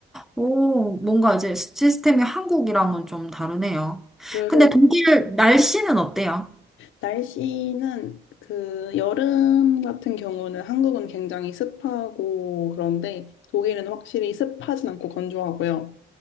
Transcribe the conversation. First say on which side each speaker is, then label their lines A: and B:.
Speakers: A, in the centre; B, on the left.
A: 오, 뭔가 이제 시스템이 한국이랑은 좀 다르네요.
B: 그래서
A: 근데 독일 날씨는 어때요?
B: 날씨는 그 여름 같은 경우는 한국은 굉장히 습하고 그런데 독일은 확실히 습하진 않고 건조하고요.